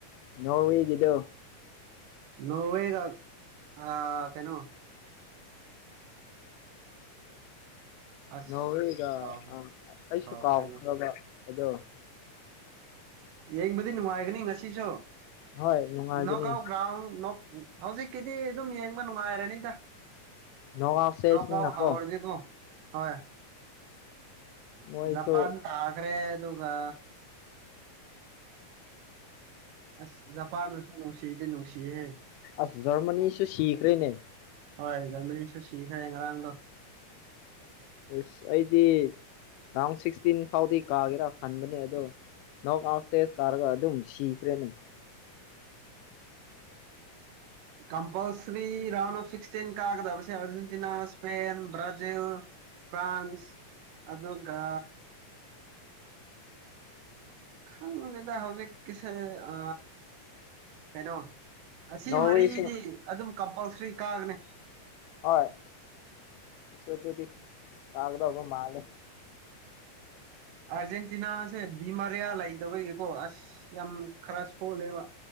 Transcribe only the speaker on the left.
ꯅꯣꯡꯃꯤꯒꯤꯗꯣ
ꯅꯧꯋꯦꯒ
ꯑ ꯑꯩꯁꯨ
ꯀꯥꯎꯈ꯭ꯔꯕ ꯑꯗꯣ
ꯍꯣꯏ ꯅꯨꯡꯉꯥꯏꯒꯅꯤ
ꯅꯣꯛꯑꯥꯎꯠ ꯁ꯭ꯇꯦꯖꯅꯤꯅꯀꯣ
ꯃꯣꯏꯁꯨ
ꯑꯁ ꯖꯔꯃꯅꯤꯁꯨ ꯁꯤꯈꯔꯦꯅꯦ
ꯑꯦꯁ ꯑꯩꯗꯤ ꯔꯥꯎꯟ ꯁꯤꯛꯁꯇꯤꯟ ꯐꯥꯎꯗꯤ ꯀꯥꯒꯦꯔꯥ ꯈꯟꯕꯅꯦ ꯑꯗꯣ ꯅꯣꯛ ꯑꯥꯎ ꯁꯇꯦꯖ ꯀꯥꯔꯒ ꯑꯗꯨꯝ ꯁꯤꯈ꯭ꯔꯦꯅꯦ
ꯅꯣꯔꯋꯦꯁꯨ
ꯍꯣꯏ ꯏꯁꯗꯨꯗꯤ ꯂꯥꯒꯗꯕꯣ ꯃꯥꯂꯦ